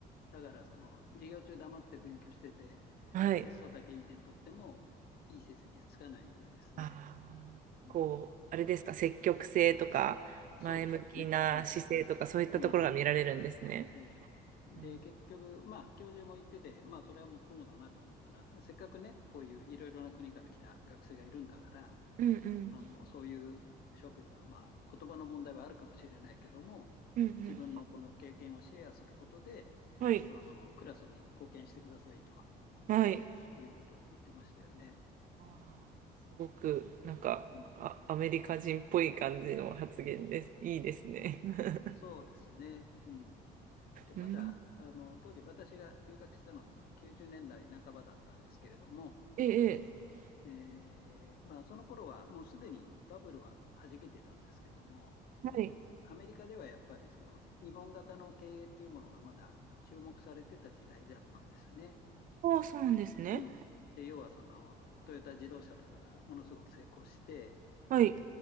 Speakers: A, on the left; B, on the right.
A: だからその授業中黙って勉強してて、
B: はい。
A: テストだけいい点取ってもいい成績はつかないんでですね。
B: あー、
A: うん、
B: こう、あれですか、積極性とか前向きな姿勢とかそういったところが見られるんですね。
A: そうですよね。はい。うんうんうん。ええで、
B: うん
A: 結局、まあ、教授も言ってて、まあ、それはもっともだなと思ったな。せっかくね、こういういろいろな国から来た学生がいるんだから、
B: うんうん
A: あのそういう諸君は、まあ、言葉の問題はあるかもしれないけども自分のこの経験をシェアすることで
B: うんうん。はい。
A: あのクラスに貢献してくださいと
B: はい。
A: いうことを言ってましたよね。
B: あーすごく、なんか、
A: うん、
B: あ、アメリカ人っぽい感じの発言です。いいですね。<laughs>
A: そうですね、うん、でまだあの当時私が留学したのってそう90年代半ばだったんですけれども
B: うん。<laughs> ええ、ええ
A: えーまあ、その頃はもうすでにバブルは弾けてたんですけども、
B: はい。
A: あのアメリカではやっぱりその日本型の経営というものがまだ注目されてた時代だったんですね。
B: ああ、そうなんですね。
A: うん、で要はそのトヨタ自動車とかがものすごく成功して、
B: はい。